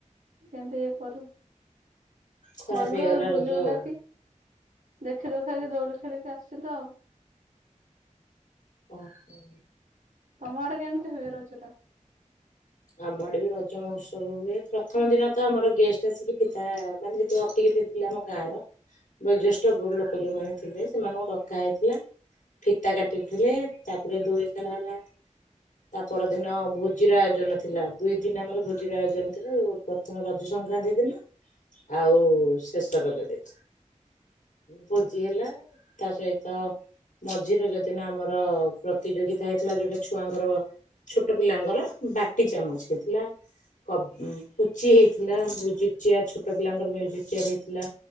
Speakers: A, on the right (about 85°); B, on the left (about 80°).
A: କେମିତି କରବୁ।
B: ଖରାପ
A: ଗଲୁ
B: ହେଇଗଲା
A: ବୁଲି
B: ରଜ
A: ବୁଲା
B: ଆଉ।
A: କି ଦେଖି ଦୁଖାକି ଦୋଳି ଖେଳିକି ଆସିଲ ଆଉ।
B: ଓହୋ।
A: ତମ ଆଡେ କେମତି ହୁଏ ରଜଟା।
B: ଆମ ଆଡେ ବି ରଜ ମହୋତ୍ସବ ହୁଏ ପ୍ରଥମ ଦିନ ତ ଆମର ଗେଷ୍ଟ ଆସିକି ଫିତା ମାନେ ଯେ ଅତିିକି ଅ ଆମ ଗାଁର ବୟଜ୍ୟେଷ୍ଟ ଠ ଲୋକ ଯୋଉମାନେ ଥିଲେ ସେମାନଙ୍କୁ ଡକ୍ କା ହେଇଥିଲା ଫିତା କାଟିଥିଲେ ତାପରେ ଦୋଳି ଖେଲା ହେଲା ତା ପର ଦିନ ଭୋଜିର ଆୟୋଜନ ଥିଲା ଦୁଇ ଦିନ ଆମର ଭୋଜିର ଆୟୋଜନ ଥିଲା। ପ୍ରଥମେ ରଜ ସଂକ୍ରାନ୍ତି ଦିନ, ଆଉ ଶେଷ ରଜ ଦିନ ଭୋଜି ହେଲା ତା ସହିତ ମଝି ରଜ ଦିନ ଆମର ପ୍ରତିଯୋଗିତା ହେଇଥିଲା। ଯୋଉଟା ଛୁଆଙ୍କର ଛୋଟ ପିଲାଙ୍କର ବାକ୍ କୁଟି ଚାମଚ ହେଥିଲା କବ୍ କୁଚି ହେଇଥିଲା ମ୍ୟୁଜିକ୍ ଚେୟାର୍ ଛୋଟ ପିଲାଙ୍କର ମ୍ୟୁଜୀକ୍ ଚେୟାର୍ ହେଇଥିଲା।